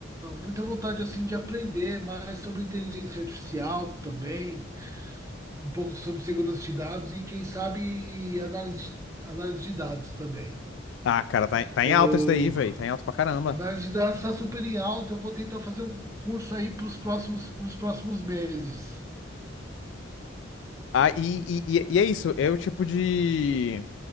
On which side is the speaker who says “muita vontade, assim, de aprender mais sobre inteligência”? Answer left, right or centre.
Right